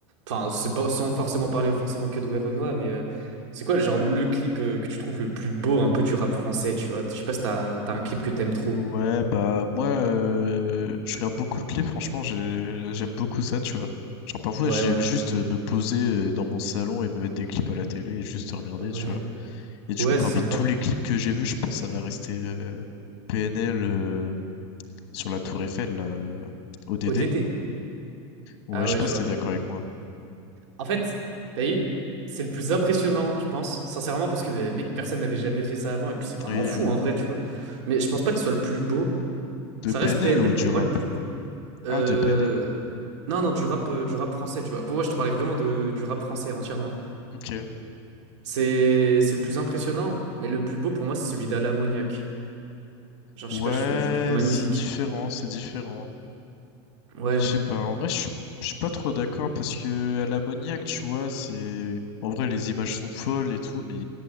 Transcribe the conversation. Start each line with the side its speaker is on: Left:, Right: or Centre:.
Right: Enfin, c'est pas sans forcément parler forcément que de Werenoi, mais euh, c'est quoi, genre, le clip euh, que tu trouves le plus beau un peu du rap français, tu vois? Je sais pas si t'as, t'as un clip que t'aimes trop.
Left: Ouais, bah moi, euh, je regarde beaucoup de clips, franchement, j'ai- j'aime beaucoup ça, tu vois. Genre parfois,
Right: Ouais,
Left: j'aime
Right: ouais.
Left: juste euh, me poser euh, dans mon salon et me mettre des clips à la télé et juste regarder,
Right: Ouais.
Left: tu vois. Et du
Right: Ouais,
Left: coup, parmi
Right: c'est sympa.
Left: tous les clips que j'ai vus, je pense que ça va rester euh, PNL euh, sur la tour Eiffel, là, euh, ODD.
Right: ODD.
Left: Ouais,
Right: Ah
Left: je
Right: ouais,
Left: sais pas
Right: je
Left: si
Right: vois.
Left: t'es d'accord avec moi.
Right: En fait, t'as vu, c'est le plus impressionnant, je pense, sincèrement, parce que, bah, mec, personne n'avait jamais fait ça avant, et puis c'est vraiment
Left: Oui,
Right: fou,
Left: oui.
Right: en vrai, tu vois. Mais je pense pas que ce soit le plus beau.
Left: De
Right: Ça reste
Left: PNL
Right: PNL,
Left: ou du
Right: pour
Left: rap?
Right: moi, le plus beau. Euh...
Left: Ah, de PNL.
Right: Non, non, du rap, euh, du rap français, tu vois. Pour moi, je te parlais vraiment de, du rap français entièrement.
Left: Ok.
Right: C'est, c'est le plus impressionnant, mais le plus beau, pour moi, c'est celui d'Ala Mouniac. Genre,
Left: Ouais,
Right: je sais pas, je, je le trouve magnifique.
Left: c'est différent, c'est différent.
Right: Ouais.
Left: Je sais pas, en vrai, je suis je suis pas trop d'accord parce que à l'ammoniaque, tu vois, c'est. En vrai, les images sont folles et tout, mais